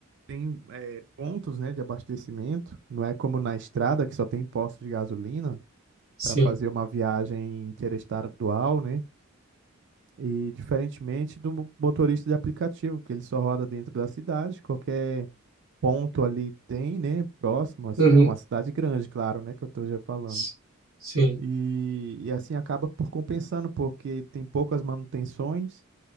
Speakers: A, on the right; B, on the right.
A: tem eh, pontos, né, de abastecimento, não é como na estrada que só tem postos de gasolina
B: sim.
A: para fazer uma viagem interestadual, né? E diferentemente do mo- motorista de aplicativo, que ele só roda dentro da cidade, qualquer ponto ali tem, né, próximo assim,
B: Uhum,
A: é uma cidade grande, claro, né, que eu estou já falando.
B: s- sim.
A: E, e assim acaba por compensando, porque tem poucas manutenções